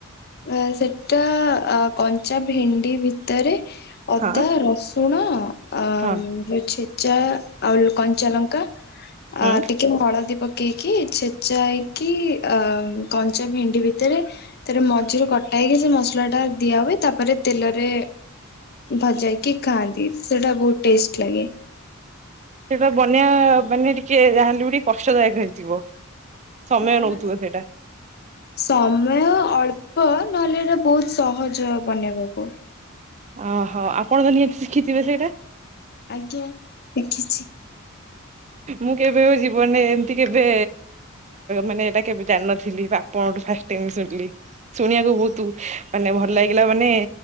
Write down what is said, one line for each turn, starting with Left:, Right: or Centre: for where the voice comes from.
Left: ଆଁ ସେଟା କଞ୍ଚା ଭେଣ୍ଡି ଭିତରେ ଅଦା,
Right: ହଁ
Left: ରସୁଣ ଆ
Right: ହଁ
Left: ଯୋଉ ଛେ ଚା ଆଉ କଞ୍ଚାଲଙ୍କା,
Right: ହୁଁ
Left: ଆ ଟିକେ ହଳଦୀ ପ କେଇକି ଛେଚା ହେଇକି ଆ କଞ୍ଚା ଭେଣ୍ଡି ଭିତରେ ତାର ମ ଝିରୁ କଟା ହେଇକି ସେ ମସଲା ଟା ଦିଆ ହୁଏ, ତାପରେ ତେଲରେ ଭଜା ହେଇକି ଖାଆନ୍ତି, ସେଟା ବହୁତ ଟେଷ୍ଟ ଲାଗେ।
Right: ସେଇଟା ବନେଇବା ମାନେ ଟିକେ ଯାହେଲେ ବି ଟିକେ କଷ୍ଟଦାୟକ ହେଇଥିବ। ସମୟ
Left: ନା
Right: ନଉଥିବ
Left: ନା
Right: ସେଇଟା
Left: ସମୟ ଅ ଳ୍ପ। ନହେଲେ ଏଟା ବହୁତ ସହଜ ବନେଇବାକୁ।
Right: ଅହୋ ଆପଣ ତ ନିହାତି ଶିଖିଥିବେ ସେଇଟା?
Left: ଆଜ୍ଞା ଶିଖିଚି।
Right: ମୁଁ କେବେବି ଜୀବନରେ ଏମିତି କେବେ ମାନେ ଏଇଟା କେବେ ଜାଣିନଥିଲି। ଆପଙ୍କଠୁ ଫାଷ୍ଟ ଟାଇମ୍ ଶୁଣିଲି। ଶୁଣିବାକୁ ବହୁତ ମାନେ ଭଲ ଲାଗିଲା ମାନେ,